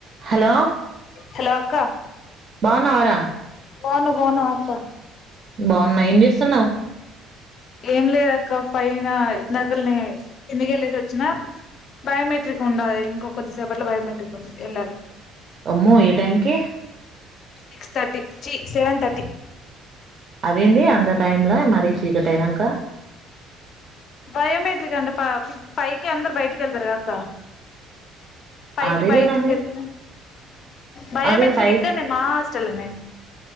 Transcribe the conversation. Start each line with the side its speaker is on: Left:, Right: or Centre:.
Right: Hello
Left: hello అక్క
Right: భానవార
Left: బాను బాను అక
Right: బావున్నా ఏం చేస్తున్నావు్
Left: ఏం లేదు అక్క పైన నగల్ని ఎందుకెళ్ళేసి వచ్చినా బయోమెట్రిక్ ఉండాలి ఇంకో కొద్దిసేపట్లో బయోమెట్రిక్ ఉ వెళ్ళాలి
Right: అమ్మో ఏ టైంకి
Left: సిక్స్ తర్టీ జీ సెవెన్ తర్టీ
Right: అదేంటి అంత టైమ్ంలో మరీ చీకటి అయినాక
Left: బయోమెట్రిక్ అంటే ప పైకి అందరరు బయటికి వెళ్తారు కాక్క పైకి
Right: అదేలే
Left: బయట్కుదు
Right: కానీ
Left: బయోమెట్రిక్
Right: అదే ఫైవ్
Left: ఇక్కనే మా హాస్టల్నే